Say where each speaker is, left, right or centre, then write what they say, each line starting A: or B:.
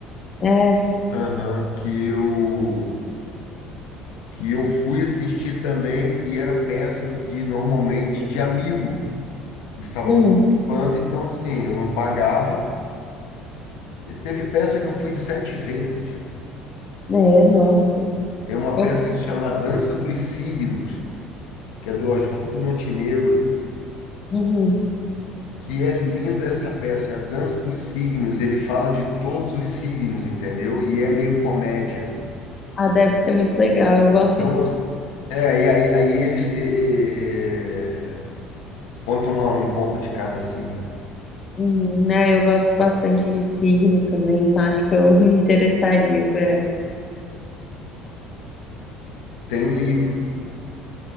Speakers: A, on the left; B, on the left.
A: É,
B: Aham, que eu que eu fui assistir também e era peça de normalmente de amigo que estava
A: hum,
B: participando, então assim, eu não pagava. E teve peça que eu fui sete vezes.
A: é, nossa.
B: Tem uma
A: Eu.
B: peça que chama A Dança dos Signos, que é do Oswaldo Montenegro,
A: uhum.
B: que é linda essa peça, é a Dança dos Signos, ele fala de todos os signos, entendeu? E é meio comédia.
A: Ah, deve ser muito legal. Eu gosto
B: Então,
A: de
B: os- é, e aí, aí eles eh, eh, eh, contam uma- um pouco de cada signo.
A: Uhum. Ah, eu gosto bastante de signo também, então acho que eu <laughs> me interessaria por essa.
B: Tem o livro